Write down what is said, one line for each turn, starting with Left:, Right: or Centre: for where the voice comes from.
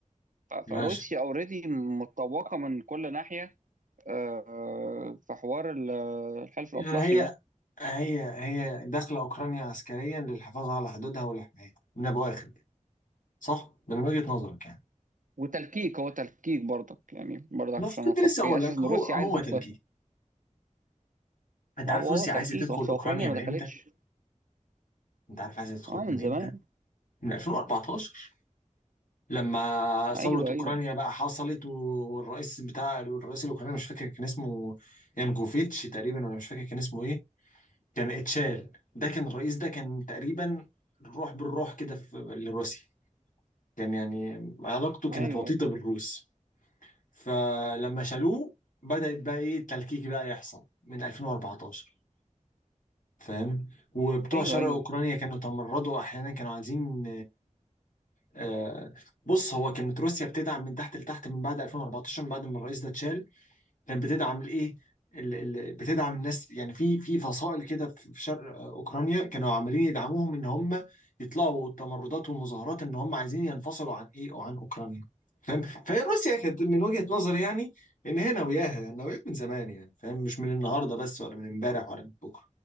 Right: ف- فروسيا
Left: ماشي
Right: اوريدي متطوقه من كل ناحيه آه، في حوار ال- الحلف
Left: يعني
Right: الأطلسي
Left: هي
Right: ده
Left: هي هي داخله اوكرانيا عسكريا للحفاظ على حدودها والحمايه من ابو اخر كده صح ده من وجهه نظرك يعني
Right: وتلكيك هو تلكيك برضك يعني برضك
Left: ما
Right: عشان
Left: كنت
Right: اتفق
Left: لسه اقول
Right: هي اساس
Left: لك
Right: ان
Left: هو
Right: روسيا
Left: هو
Right: عايز تدخل
Left: تلكيك انت
Right: ما
Left: عارف
Right: هو
Left: روسيا
Right: هو تلكيك
Left: عايزه تدخل
Right: اصل
Left: اوكرانيا
Right: اوكرانيا ما
Left: من
Right: دخلتش
Left: امتى انت عارف عايزه تدخل
Right: اه من
Left: من
Right: زمان
Left: امتى من 2014 لما ثورة
Right: ايوه
Left: أوكرانيا
Right: ايوه
Left: بقى حصلت والرئيس بتاع الرئيس الأوكراني مش فاكر كان اسمه يانكوفيتش تقريبا ولا مش فاكر كان اسمه إيه كان اتشال ده كان الرئيس ده كان تقريبا الروح بالروح كده في لروسيا كان يعني علاقته كانت
Right: ايوه
Left: وطيدة بالروس فلما شالوه بدأت بقى إيه التلكيك بقى يحصل من 2014 فاهم وبتوع
Right: ايوه
Left: شرق
Right: ايوه
Left: أوكرانيا كانوا تمردوا أحيانا كانوا عايزين آه، بص هو كانت روسيا بتدعم من تحت لتحت من بعد 2014 من بعد ما الرئيس ده اتشال كانت بتدعم الايه ال- ال- بتدعم الناس يعني في في فصائل كده في في شرق اوكرانيا كانوا عمالين يدعموهم ان هم يطلعوا تمردات ومظاهرات ان هم عايزين ينفصلوا عن ايه وعن اوكرانيا فاهم فهي روسيا كانت من وجهة نظري يعني ان هي ناوياها ناوياها من زمان يعني فاهم مش من النهارده بس ولا من امبارح ولا من بكره